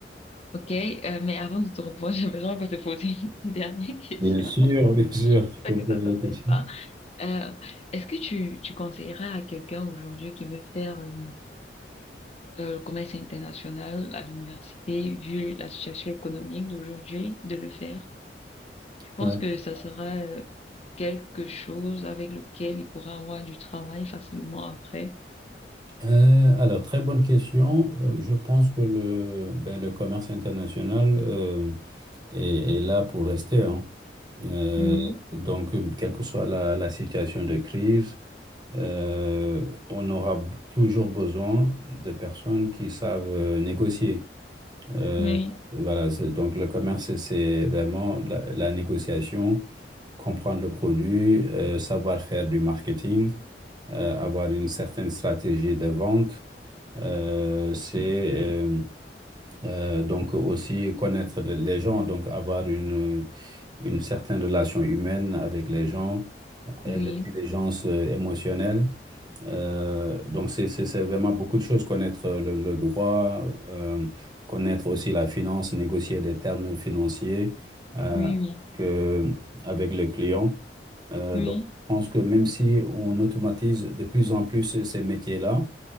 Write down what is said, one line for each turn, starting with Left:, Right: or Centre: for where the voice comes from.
Left: Ok, euh, mais avant de te reprendre, <laughs> j'aimerais encore te poser une dernière question.
Right: Bien sûr, bien sûr, tu peux
Left: J'espère
Right: me
Left: que
Right: poser
Left: ça t'embête
Right: la question.
Left: pas. Euh, est-ce que tu, tu conseillerais à quelqu'un aujourd'hui qui veut faire euh, euh, le commerce international à l'université, vu la situation économique d'aujourd'hui, de le faire. Je pense
Right: Ouais.
Left: que ça sera euh, quelque chose avec lequel il pourra avoir du travail facilement après.
Right: Euh, alors, très bonne question. Euh, je pense que le, ben, le commerce international euh, est, est là pour rester, hein. Euh,
Left: Mhm.
Right: donc, quelle que soit la, la situation de crise, euh, on aura b- toujours besoin de personnes qui savent euh, négocier. Euh,
Left: Oui,
Right: voilà, c'est- donc le commerce, c'est c'est vraiment la, la négociation, comprendre le produit, euh, savoir faire du marketing, euh, avoir une certaine stratégie de vente. Euh, c'est euh, euh, donc aussi connaître le- les gens, donc avoir une, une certaine relation humaine avec les gens et
Left: oui,
Right: l'intelligence euh, émotionnelle. Euh, donc, c'est c'est- c'est vraiment beaucoup de choses. Connaître euh, le, le droit, euh, connaître aussi la finance, négocier des termes financiers euh,
Left: oui, oui,
Right: que- avec le client. Euh,
Left: oui,
Right: donc, je pense que même si on automatise de plus en plus ces ces métiers-là,